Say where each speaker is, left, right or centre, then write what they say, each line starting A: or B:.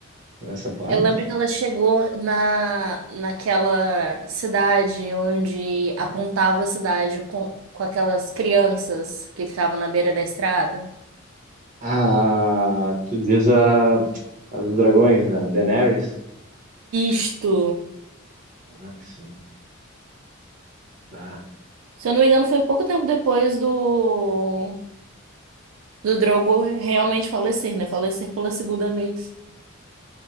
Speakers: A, on the right; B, on the right.
A: nessa parte?
B: Eu lembro que ela chegou na, naquela cidade onde apontava a cidade com, com aquelas crianças que ficavam na beira da estrada.
A: Ah, tu diz a, a dos dragões, a Daenerys.
B: Isto!
A: Ah, sim. Ah,
B: Se eu não me engano, foi pouco tempo depois do, do Drogo realmente falecer, né? Falecer pela segunda vez.